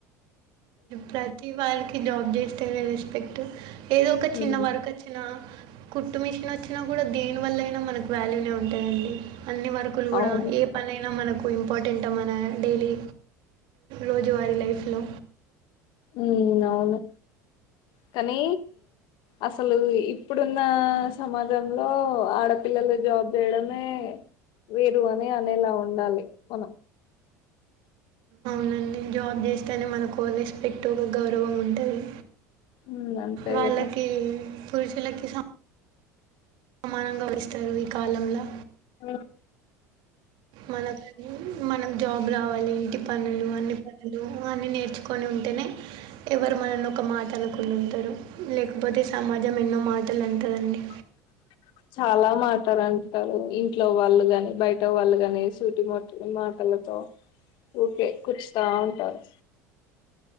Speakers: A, on the right; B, on the left.
A: ప్రతి వాళ్ళకి జాబ్ చేస్తేనే రెస్పెక్ట్ ఏదో ఒక చిన్న
B: ఉమ్
A: వర్క్ వచ్చిన కుట్టు మిషన్ వచ్చినా కూడా దేని వల్ల అయినా మనకు వాల్యూనే ఉంటాయండి అన్ని వర్క్ లు కూడా
B: అవును
A: ఏ పనైనా మనకు ఇంపార్టెంట్ అంట మన డైలీ రోజువారీ లైఫ్లో
B: ఉ అవును కానీ అసలు ఇప్పుడున్న సమాజంలో ఆడపిల్లలు జాబ్ చేయడమే వేరు అని అనేలా ఉండాలి మనం
A: అవునని జాబ్ చేస్తేనే మన కో రెస్పెక్ట్ ఒక గౌరవం ఉంటుంది
B: ఉమ్ అంతే
A: వాళ్ళకి
B: కదా
A: పురుషులకి సా సమానంగా వస్తారు ఈ కాలంలో
B: ఆ
A: మనకని మన జాబ్ బ రావాలి ఇంటి పనులు అన్ని పనులు అన్ని నేర్చుకొని ఉంటేనే ఎవరు మనని ఒక మాట మాటాలకులు ఉంటారు లేకపోతే సమాజం ఎన్నో మాటలు అంటుందండి
B: అ చాలా మాటారుంటారు ఇంట్లో వాళ్ళు ని బయట వాళ్ళు ని సూటి మట్ని మాట ళతో ఊకే కూర్చుతా ఉంటారు